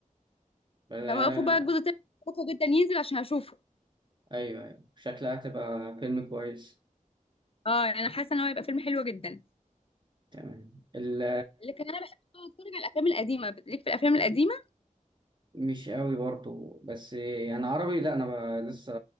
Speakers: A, on the right (about 35°); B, on the left (about 45°).
A: بلا...
B: فوقفوا بقى الجزء التاني بطيء جدا ينزل عشان اشوفه
A: ايوه ايوه شكلها هتبقى فيلم كويس
B: اه يعني انا حاسة ان هو هيبقى فيلم حلو جدا
A: تمام ال...
B: لكن انا بحب اتفرج على الافلام القديمه ليك في الافلام القديمه
A: مش قوي برضو بس يعني عربي لا انا ب... لسه